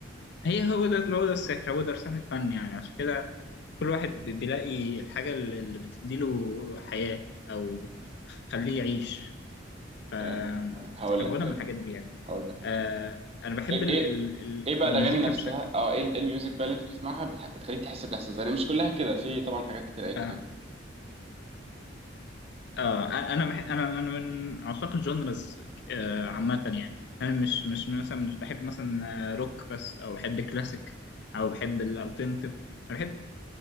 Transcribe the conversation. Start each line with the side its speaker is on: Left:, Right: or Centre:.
Left: هي هو ده هو ده السحر هو ده السحر الفني يعني عشان كده كل واحد بي- بيلاقي الحاجة اللي اللي بتديله حياة أو تخليه يعيش ف...
Right: آه، هقول
Left: فالغنى
Right: لك طيب
Left: من الحاجات دي يعني
Right: هقول لك
Left: آه أنا بحب
Right: ايه
Left: ال-
Right: ايه
Left: ال- ال-
Right: ايه بقى
Left: المزيكا
Right: الاغاني نفسها
Left: بشكل
Right: اه ايه ال- إيه الميوزك بقى اللي انت بتسمعها بتحب بتخليك تحس بالاحساس ده يعني مش كلها كده في طبعا حاجات كتير اي كلام
Left: آه, آه أنا بح... أنا أنا من عشاق الجونرز آه عامة يعني أنا مش مش مثلا مش بحب مثلا روك بس أو بحب كلاسيك أو بحب الالترناتيف أنا بحب